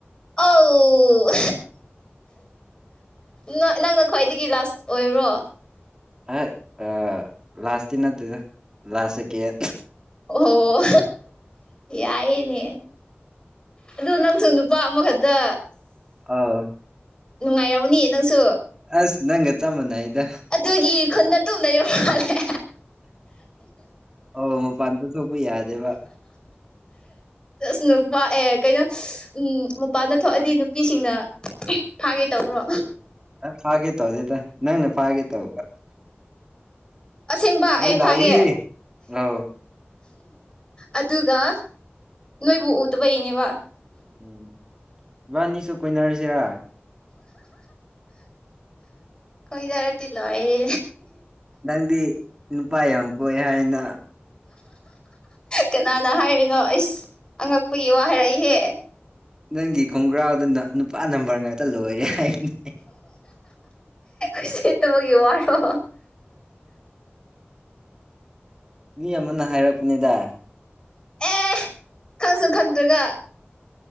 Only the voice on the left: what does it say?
ꯑꯥꯎ ꯅ ꯅꯪꯅ ꯈ꯭ꯋꯥꯏꯗꯒꯤ ꯂꯥꯁ ꯑꯣꯏꯔꯣ
ꯑꯣ ꯌꯥꯏꯅꯦ ꯑꯗꯨ ꯅꯪꯁꯨ ꯅꯨꯄꯥ ꯑꯃꯈꯠꯇ
ꯅꯨꯡꯉꯥꯏꯔꯝꯅꯤ ꯅꯪꯁꯨ
ꯑꯗꯨꯒꯤ ꯈꯨꯟꯗ ꯇꯨꯝ ꯂꯩꯕ ꯃꯥꯜꯂꯦ
ꯑꯁ ꯅꯨꯄꯥ ꯑꯦ ꯀꯩꯅꯣ ꯎꯝ ꯃꯄꯥꯟꯗ ꯊꯣꯛꯑꯗꯤ ꯅꯨꯄꯤꯁꯤꯡꯅ ꯐꯥꯒꯦ ꯇꯧꯕ꯭ꯔꯣ
ꯑꯁꯦꯡꯕ
ꯑꯩ
ꯐꯥꯒꯦ
ꯑꯗꯨꯒ ꯅꯣꯏꯕꯨ ꯎꯇꯄꯩꯅꯦꯕ
ꯀꯣꯏꯅꯔꯇꯤ ꯂꯣꯏꯔꯦ
ꯀꯅꯥꯅ ꯍꯥꯏꯔꯤꯅꯣ ꯑꯩꯁ ꯑꯉꯛꯄꯒꯤ ꯋꯥ ꯍꯥꯏꯔꯛꯏꯍꯦ
ꯎꯁꯤꯠꯇꯕꯒꯤ ꯋꯥꯔꯣ
ꯑꯦ ꯈꯪꯁꯨ ꯈꯪꯗ꯭ꯔꯒ